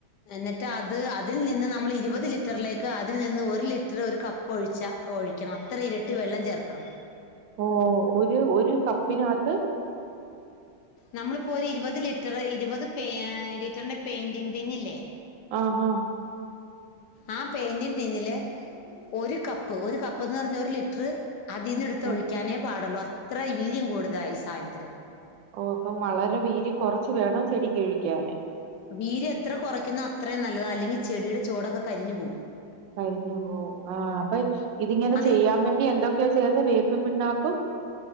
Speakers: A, on the left; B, on the right.
A: എന്നിട്ട് അത് അതിൽ നിന്ന് നമ്മൾ ഇരുപത് ലിറ്ററിലേക്ക് അതിൽ നിന്ന് ഒരു ലിറ്റർ ഒരു ക പൊഴിച്ചാ ഒഴിക്കണം അത്ര ഇരട്ടി വെള്ളം ചേർക്കണം
B: ഓ ഒരു ഒരു കപ്പിനത്ത്
A: നമ്മളിപ്പോ ഒരു ഇരുപത് ലിറ്റർ ഇരുപത് പ ലിറ്ററിന്റെ പെയിന്റിങ്ങ് ടിന്ന് ഇല്ലേ
B: ആഹ് ആഹ്
A: ആ പെയിന്റി ടീന്നില് ഒരു കപ്പ് ഒരു കപ്പ്ന്ന് പറഞ്ഞ ഒരു ലിറ്ററ് അതിന്ന് എടുത്ത്
B: ഉം
A: ഒഴിക്കാനേ പാടുള്ളൂ അത്ര വീര്യം കൂടുതല ഈ സാധനത്തിന്
B: ഓ അപ്പം വളരെ വീര്യം കൊറച്ച് വേണം ചെടി കഴിക്കാന്
A: വീര് എത്ര കുറയ്ക്കുന്നോ അത്രയും നല്ലതാ അല്ലെങ്കി ചെടിയുടെ ചോടൊക്കെ കരിഞ്ഞു പോവും
B: കഴിഞ്ഞു ആ അപ്പൊ ഇതിങ്ങനെ
A: അത്
B: ചെയ്യാൻ വേണ്ടി എന്തൊക്കെയ ചേർന്ന് വേപ്പും പിണ്ണാക്കും